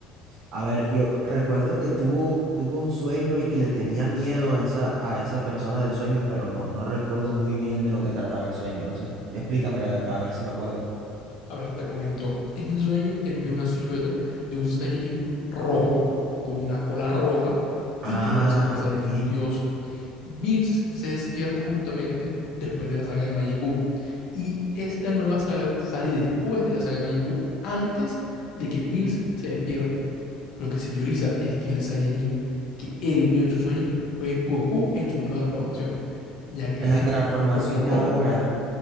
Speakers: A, on the right (about 50°); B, on the left (about 60°).
A: A ver, yo recuerdo que tuvo, tuvo un sueño y que le tenía miedo a esa, a esa persona del sueño, pero no, no recuerdo muy bien de lo que trataba el sueño. No sé, explícame a ver a ver si me acuerdo.
B: A ver, te comento. En el sueño, él vio una silueta de un Saiyajin rojo con una cola roja y
A: Ah,
B: que era el Super Saiyajin
A: ok.
B: Dios. Bills se despierta justamente después de la saga de Majin Buu. Y esta nueva saga sale después de la saga de Majin Buu, antes de que Bills se despierte. Lo que se teoriza es que el Saiyajin que él vio en sus sueños fue Goku en su nueva transformación, ya que
A: La
B: es
A: transformación
B: Goku rojo.
A: de ahora.